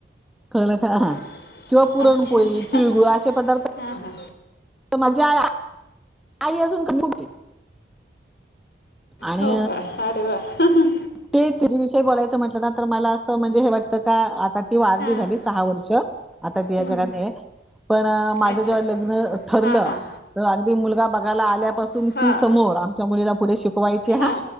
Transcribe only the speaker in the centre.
कळलं का हा.
किंवा पुरणपोळी
तिळगुळ
असे पदार्थ
माझी आई आई अजून. <unintelligible> आणि
ते <unintelligible> जी बोलायचं म्हटलं ना तर मला अस म्हणजे हे वाटतं का आता ती वारली
झाली सहा वर्ष आता ती या
जगात नाहीय. पण माझं
जेव्हा
लग्न ठरलं
त अगदी मुलगा बघायला आल्यापासून तुम
ती समोर आमच्या मुलीला पुढे शिकवायची
हा